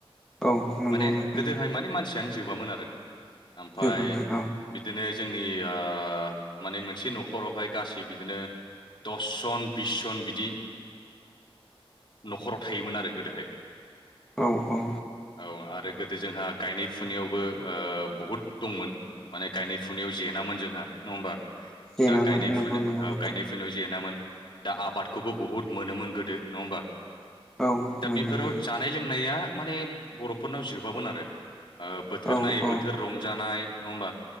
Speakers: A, in the centre; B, on the left.
A: औ नंगौ
B: माने
A: नोंथां
B: गोदोहाय मान <unintelligible> जोबामोन ओमफाय
A: जोबामोन औ
B: बिदिनो जोंनि आ माने मोनसे न'खरावहाय गासै बिदिनो दसजन बिस जन बिदि न'खराव थायोमोन आरो गोदोहाय
A: औ औ
B: औ गोदो जोंहा गायनाय फुनायावबो ओ बहुद दंमोन माने गायनाय फुनायाव जेेनामोन जोंहा नङा होमबा
A: जेेनामोन
B: दा गायनाय
A: नंगौ
B: फुनाय
A: नंगौ नोंथां
B: औ गायनाय फुनायाव जेेनामोन दा आबादखौबो बहुत मोनोमोन गोदो नङा होमबा
A: औ
B: दा
A: मोनोमोन
B: बेफोराव जानाय लोंनाया माने बर'फोरनाव जोबामोन आरो ओ बोथोर
A: औ
B: नायै
A: औ
B: बोथोर रंजानाय नङा होमबा